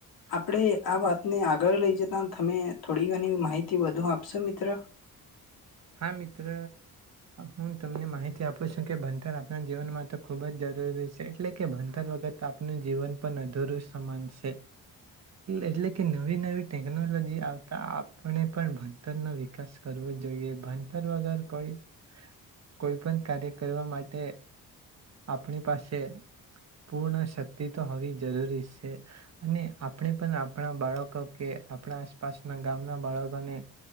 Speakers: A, on the left (about 75°); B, on the right (about 45°).
A: આપણે આ વાતને આગળ લઈ જતા તમે થોડી ઘની માહિતી વધુ આપશો? મિત્ર.
B: હા, મિત્ર. હું તમને માહિતી આપું છું કે ભણતર આપણા જીવનમાં તો ખૂબ જ જરૂરી છે. એટલે કે ભન તર વખત આપનું જીવન પણ અધુરું સમાન છે. એટલે કે નવી નવી ટેકનોલોજી આવતા આપણે પણ ભણતર નો વિકાસ કરવો જોઈએ. ભણતર વગર કોઈ કોઈ પણ કાર્ય કરવા માટે આપણી પાસે પૂર્ણ શક્તિ તો હોવી જરૂરી છે અને આપણે પણ આપણા બાળકો કે આપણા આસપાસના ગામના બાળકોને